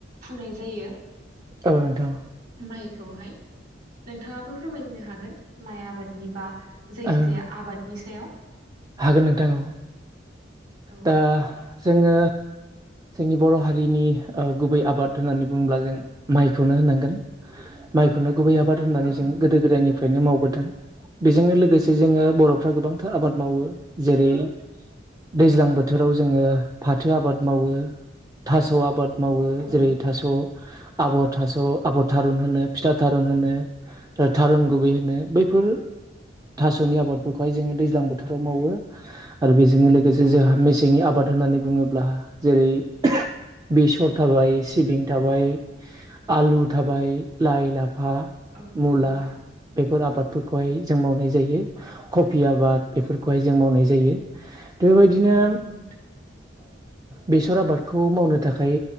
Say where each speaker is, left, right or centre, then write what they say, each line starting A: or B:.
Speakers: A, on the right; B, on the right.
A: फुनाय जायो
B: औन दां
A: माइखौहाय नोंथाङाबो फोरमायनो हागोन माइ आबादनि बा जायखिजाया
B: ओ
A: आबादनि सायाव
B: हागोन नोंथां औ
A: औ
B: दा जोङो जोंनि बर' हारिनि गुबै आबाद होननानै बुङोब्ला जों माइखौनो होनांगोन माइखौनो गुबै आबाद होननानै
A: औ
B: जों
A: नंगौ
B: गोदो
A: नोंथां
B: गोदायनिफ्रायनो मावबोदों बेजोंनो जोङो बर'फ्रा गोबांथार आबाद मावो जेरै दैज्लां बोथोराव जोङो फाथो आबाद मावो थास' आबाद मावो
A: औ
B: जेरै
A: नंगौ नोंथां
B: थास', आबर थास', आबर थारुन होनो फिथा थारुन होनो थारुन गुबै होनो बैफोर थास'नि आबादफोरखौहाय जोङो दैज्लां बोथोराव मावो आरो बेजोंनो लोगोसे जोंहा मेसेंनि आबाद होननानै नानै बुङोब्ला जेरै बेसर थाबाय सिबिं थाबाय आलु थाबाय लाइ लाफा
A: औ नंगौ
B: मुला
A: नोंथां
B: बेफोर आबादफोरखौहाय जों मावनाय ज आब बेफोरखौय जों मावनाय जायो बेबायदिनो
A: औ नंगौ नोंथां
B: बेसर आबादखौ मावनो थाखाय